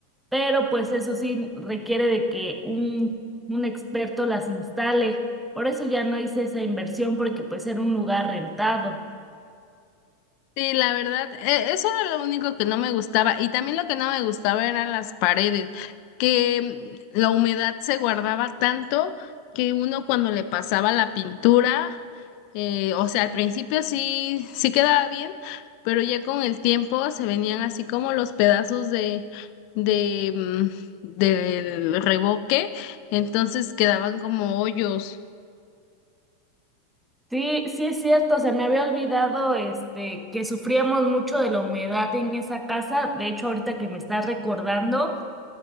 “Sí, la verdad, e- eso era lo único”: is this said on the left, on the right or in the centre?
Left